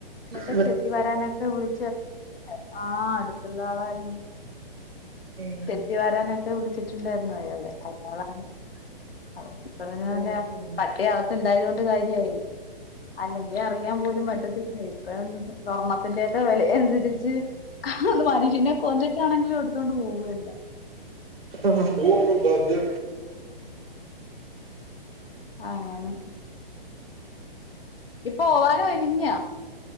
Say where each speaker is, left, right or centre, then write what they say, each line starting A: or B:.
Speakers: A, on the left (about 80°); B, on the right (about 80°).
A: ക്ക്ട്ടചെ
B: ഇവടെ
A: ത്തി വരാനൊക്കെ വിളിച്ച് ആഹ് അടുത്തുള്ള ആളായിരുന്നു.
B: ഏഹ്
A: ത്തി വാരാനൊക്കെ വിളിച്ചിട്ടുണ്ടായിരുന്നു അയാളെ അയ്യാളാണ് കള്ളൻ പറഞ്ഞപോലെ
B: ആഹ് ആഹ്
A: പട്ടിയകത്ത് ഉണ്ടായതോണ്ട് കാര്യായി. അല്ലെങ്കി അറിയാൻ പോലും പറ്റത്തി ലെ ഇപ്പൊയൊന്ന് സ്വർണത്തിന്റെക്കെ വെലയനുസരിച്ച് ആഹ് മനുഷ്യനെ കൊന്നിട്ടാണെങ്കിലു എടുത്തോണ്ട് പോവു എല്ലാം.
B: അഹ് അഹ്
A: ആണ് ഇപ്പോവാലൊരിഞ്ഞ